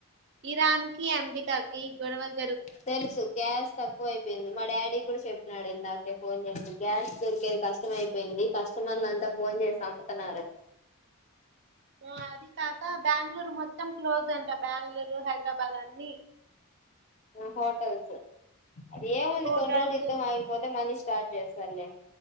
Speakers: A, on the right; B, on the left.
A: ఇరాన్కి అమ్రికాకి గొడవల్
B: తెలుసు గ్యాస్ తక్కువ అయిపోయింది మా డాడీ గూడా చెప్పినాడు ఇందాకే ఫోన్ జేసి, గ్యాస్ దొరికేది కష్టం అయిపోయింది కస్టమర్లంతా ఫో. అన్ జేసి సంపుతున్నారు
A: ఆ అది కాక బ్యాంగ్ళూరు మొత్తం క్లోజ్ అంట. బ్యాంగ్ళూరు, హైదరాబాద్ అన్ని.
B: ఓ హోటల్స్ అది ఏముంది
A: హోటల్స్
B: కొన్ రోజులు యిద్ధం ఆగిపోతే మళ్ళీ స్టార్ట్. జేస్సారులే